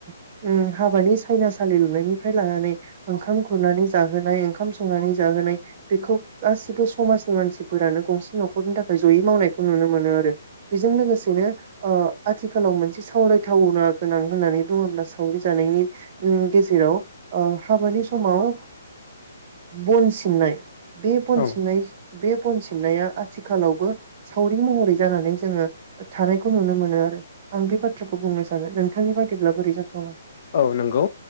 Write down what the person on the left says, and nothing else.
औ
औ नंगौ